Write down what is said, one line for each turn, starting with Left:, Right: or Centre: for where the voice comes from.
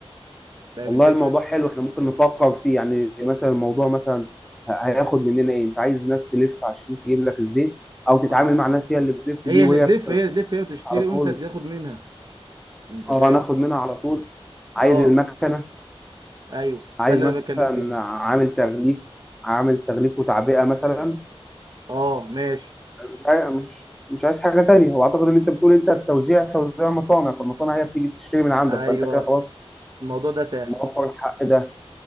Right: فاهم
Centre: والله
Right: الفكره
Centre: الموضوع حلو إحنا ممكن نفكر فيه يعني مثلا الموضوع مثلا ه- هياخد مننا إيه أنت عايز ناس تلف عشان تجيب لك الزيت أو تتعامل
Right: اه
Centre: مع ناس هي اللي بتلف
Right: هي
Centre: دي وهي
Right: اللي تلف
Centre: في-
Right: هي اللي تلف هي وتشتري
Centre: على طول
Right: وانت تاخد منها انت
Centre: أه
Right: فاهم
Centre: ناخد منها على طول عايز
Right: اه
Centre: المكنة
Right: ايوه
Centre: عايز
Right: ده اللي
Centre: مثلا
Right: انا بتكلم فيه
Centre: عامل تغليف عامل تغليف وتعبئه مثلا
Right: اه ماشي
Centre: مش عاي- مش مش عايز حاجه تانية هو اعتقد اللي انت بتقول انت التوزيع توزيع مصانع فالمصانع هي بتيجي تشتري من عندك
Right: ايوه
Centre: فانت كده خلاص
Right: الموضوع ده سهل
Centre: موفر الحق ده